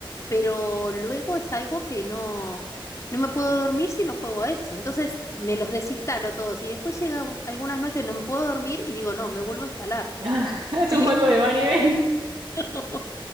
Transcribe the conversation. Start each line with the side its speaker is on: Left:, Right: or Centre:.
Left: pero luego es algo que no, no me puedo dormir si no juego a eso. Entonces me los desinstalo todos y después llega un- algunas noches no me puedo dormir y digo, no, me vuelvo a instalar.
Right: <laughs> Es
Left: Y
Right: un juego de van y ven.
Left: <laughs>